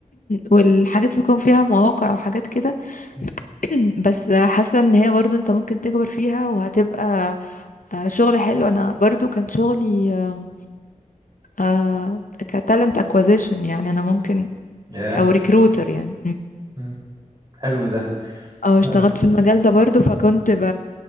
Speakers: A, on the left (about 75°); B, on the right (about 30°).
A: والحاجات اللي بيكون فيها مواقع وحاجات كده
B: مم.
A: <clears throat> بس حاسه ان هي برضو انت ممكن تكبر فيها وهتبقى آه، شغل حلو انا برضو كان شغلي آه، آه، كتالنت اكوزيشن يعني انا ممكن
B: ياه
A: او ريكروتر
B: مم.
A: يعني
B: مم. حلو ده
A: اه اشتغلت
B: اه
A: في المجال ده برضو فكنت ب...